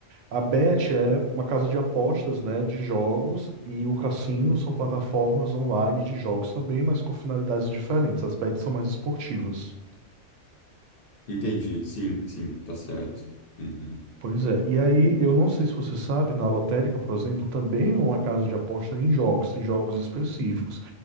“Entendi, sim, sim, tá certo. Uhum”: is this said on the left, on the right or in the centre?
Left